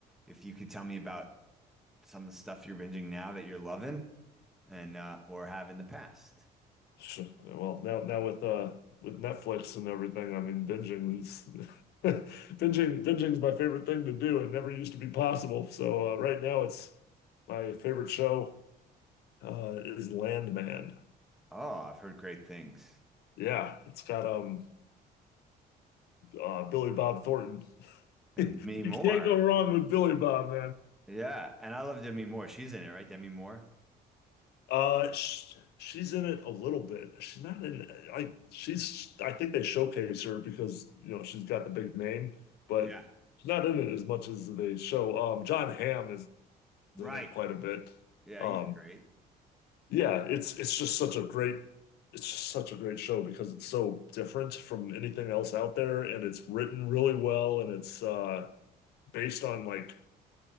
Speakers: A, in the centre; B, on the left (about 75°).
A: if you could tell me about some of the stuff you're binging now that you're loving and uh or have in the past.
B: Sh- Well, now now with uh with Netflix and everything, I mean binging is <laughs> binging binging's my favorite thing to do. It never used to be possible. So uh, right now it's my favorite show uh is Landman.
A: Oh, I've heard great things.
B: Yeah, it's got um uh Billy Bob Thornton. <laughs>
A: And
B: You
A: Demi Moore.
B: can't go wrong with Billy Bob,
A: Yeah, and I love Demi Moore. She's in it, right? Demi Moore.
B: Uh, sh she's in it a little bit. She's not in. I she's. I think they showcase her because you know she's got the big name, but
A: Yeah.
B: she's not in it as much as they show. Um, John Hamm is
A: Right.
B: in it quite a bit.
A: Yeah,
B: Um,
A: he's great.
B: yeah, it's it's just such a great. It's just such a great show because it's so different from anything else out there, and it's written really well, and it's uh based on like